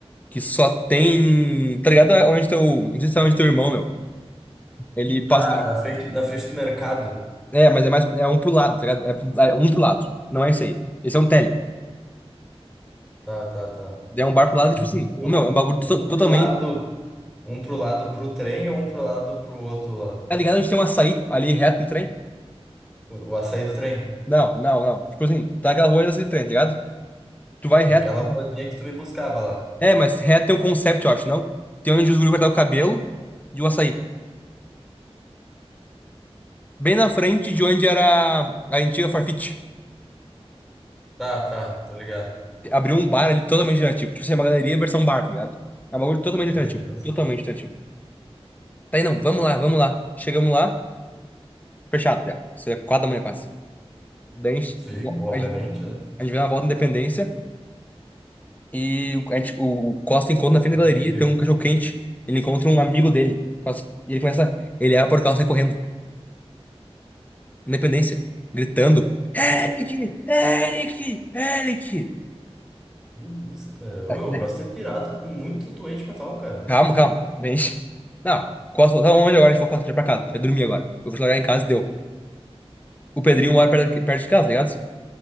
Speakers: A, on the left; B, in the centre.
A: Que só tem. Tá ligado? Onde teu. Não sei se é onde teu irmão, meu. Ele passa.
B: Tá, na frente, na frente do mercado.
A: É, mas é mais. É um pro lado, tá ligado? É, é um pro lado. Não é isso aí. Esse é um tele.
B: Tá, tá, tá.
A: É um bar pro lado, tipo assim.
B: Um,
A: Ô, meu, é um bagulho to-
B: um
A: totalmente.
B: pro lado Um pro lado pro trem ou um pro lado pro outro lado?
A: Tá ligado? A gente tem um açaí ali reto no trem.
B: O, o açaí do trem.
A: Não, não, não. Tipo assim, tá aquela rua desse trem, tá ligado? Tu vai reto.
B: Aquela ruazinha que tu me buscava lá.
A: É, mas reto tem um concept, eu acho, não? Tem onde os guri cortavam o cabelo e o açaí. Bem na frente de onde era a antiga Farfetch.
B: Tá, tá, tô ligado.
A: Abriu um bar ali totalmente alternativo. Tipo assim, é uma galeria versão bar, tá ligado? É um bagulho totalmente
B: Meu
A: alternativo.
B: Deus,
A: Totalmente
B: cara.
A: alternativo. Tá Aí não, vamos lá, vamos lá. Chegamos lá, fechado já. Isso é quatro da manhã quase. Daí a gente,
B: Sim, obviamente,
A: a gente
B: né?
A: a gente vai dar uma volta na Independência. E a gente, o Costa encontra na frente
B: Ô,
A: da galeria,
B: mendigo.
A: tem um cachorro quente. Ele encontra um amigo dele. Nossa, E ele começa. Ele abre o portal e sai correndo. Independência. Gritando. Eric! Eric! Eric!
B: Que isso, cara?
A: Tá,
B: Ô, Meu,
A: né?
B: eu gosto de ter pirado muito doente mental, cara.
A: Calma, calma. Bem. <laughs> Não, Costa, tá onde agora? A gente foi Costa, já pra casa. Vai dormir agora. Eu vou te largar em casa e deu. O Pedrinho mora perto, aqui- perto de casa, tá ligado?